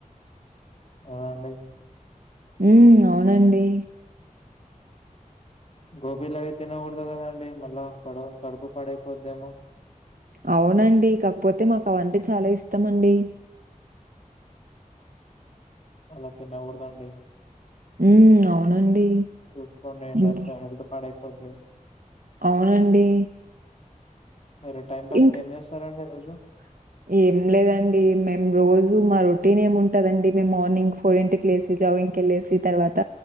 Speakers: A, on the left (about 50°); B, on the right (about 90°).
A: ఆవున అండి.
B: ఉమ్ అవునండి
A: గోబీలా అవి తినకూడదు కదండి మళ్ళా పడ కడుపు పడైపోద్దేమో
B: అవునండి కాకపోతే మాకు అవంటె చాలా ఇష్టం అండి
A: అలా తిన్నకూడదండి
B: ఉ అవునండి.
A: చూసుకోండి ఏం
B: ఇంకే
A: లేకపోతే హెల్త్ పాడైయిపోది
B: అవునండి
A: మీరు టైం పాస్
B: ఇంక
A: కి ఏం చేస్తారండి రోజు
B: <inaudible> ఏం లేదండి మేం రోజు మ రొటీనేముంటదండి మేం మార్నింగ్ ఫోరింటికి లేసి జావింగ్ కెళ్ళేసి తర్వాత